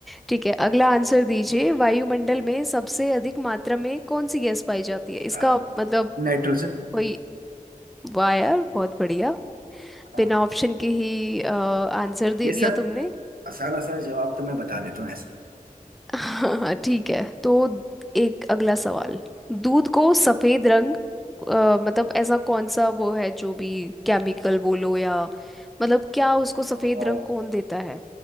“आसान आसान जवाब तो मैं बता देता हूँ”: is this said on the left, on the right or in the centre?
Right